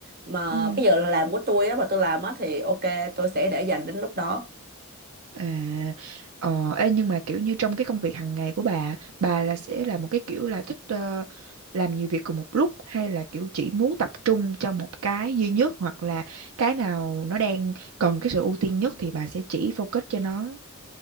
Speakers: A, on the right; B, on the right.
A: mà
B: Ừ.
A: cái giờ làm của tôi á mà tôi làm á thì ok tôi sẽ để dành đến lúc đó
B: À, ờ, ê, nhưng mà kiểu như trong cái công việc hàng ngày của bà, bà là sẽ là một cái kiểu là thích ờ, làm nhiều việc cùng một lúc hay là kiểu chỉ muốn tập trung cho một cái duy nhất hoặc là cái nào nó đang cần cái sự ưu tiên nhất thì bà sẽ chỉ focus cho nó.